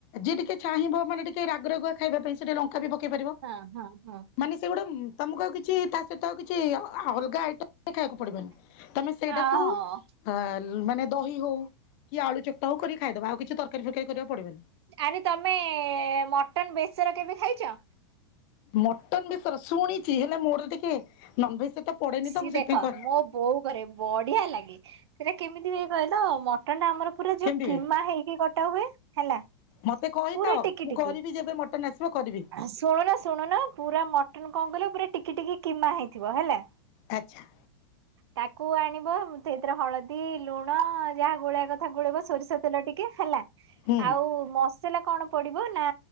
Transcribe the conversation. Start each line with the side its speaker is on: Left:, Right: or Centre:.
Left: ଯିଏ ଟିକେ ଚାହିଁବ ମାନେ ଟିକେ ରାଗ ରଗୁଆ ଖାଇବା ପାଇଁ ସେ ଟିକେ ଲଙ୍କା ବି ପକେଇ ପାରିବ।
Right: ହଁ ହଁ ହଁ।
Left: ମାନେ ସେଗୁଡ଼ା ତମକୁ ଆଉ କିଛି ତା ସହିତ ଆଉ କିଛି ଅଲଗା ଆଇଟମ ଖାଇବାକୁ ପଡିବନି ତମେ ସେଇଟାକୁ
Right: ଓହୋ।
Left: ଆ ମାନେ ଦହି ହଉ କି ଆଳୁ ଚକଟା ହଉ କରି ଖାଇଦବ ଆଉ କିଛି ତରକାରୀ ଫରକାରୀ କରିବାକୁ ପଡିବନି।
Right: ଆରେ ତମେ ମଟନ ବେସର କେବେ ଖାଇଚ?
Left: ମଟନ ବେସର ଶୁଣିଛି ହେଲେ ମୋର ଟିକେ ନନଭେଜ ସହିତ ପଡେନି
Right: ସିଏ
Left: ତ ମୁଁ
Right: ଦେଖ
Left: ସେଥିପାଇଁ କରେ
Right: ମୋ ବୋଉ କରେ ବଢିଆ ଲାଗେ ସେଇଟା କେମିତି ହୁଏ କହିଲ ମ କଣ ନା ଆମର ପୁରା
Left: କେମିତି
Right: ଯୋଉ
Left: ହୁଏ?
Right: କିମା ହେଇକି କଟା ହୁଏ ହେଲା।
Left: ମତେ କହିଥାଅ
Right: ପୁରା ଟିକି
Left: ମୁଁ
Right: ଟିକି
Left: କରିବି ଯେବେ ମଟନ ଆସିବ କରିବି।
Right: ଶୁଣୁନ ଶୁଣୁନ ପୁରା ମଟନ କଣ କହିଲ ପୁରା ଟିକି ଟିକି କିମା ହେଇଥିବ ହେଲା।
Left: ଆଚ୍ଛା।
Right: ତାକୁ ଆଣିବ ସେଇଥିରେ ହଳଦୀ ଲୁଣ ଯାହା ଗୋଳେଇବା କଥା ଗୋଳେଇବ ସୋରିଷ ତେଲ ଟିକେ ହେଲା,
Left: ହୁଁ
Right: ଆଉ ମସ ସଲା କଣ ପଡିବ ନା